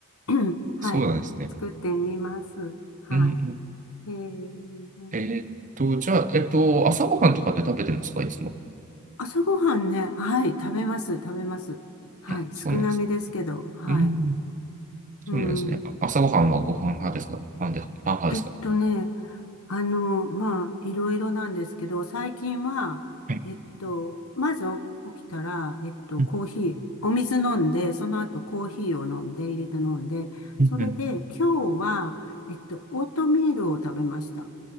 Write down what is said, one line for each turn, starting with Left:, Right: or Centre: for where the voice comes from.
Left: <clears throat> はい。
Right: そうなんですね。
Left: 作ってみます。はい。
Right: うんうん
Left: えー、
Right: えーっと、じゃあ、えっと、朝ごはんとかって食べてるんですか、いつも。
Left: 朝ごはんね、はい、食べます、食べます。はい、
Right: あ、そうなんです
Left: 少なめですけど、はい。
Right: ね。うん、
Left: うん。
Right: そうなんですね。あ朝ごはんはご飯派ですかパンで、パン派ですか
Left: えっとね、あの、まあ、いろいろなんですけど、最近は、
Right: はい
Left: えっと、まず起きたら、えっと、
Right: うん
Left: コーヒー、お水飲んで、その後コーヒーを飲んで、入れて飲んで、
Right: うんうん
Left: それで今日は、えっと、オートミールを食べました。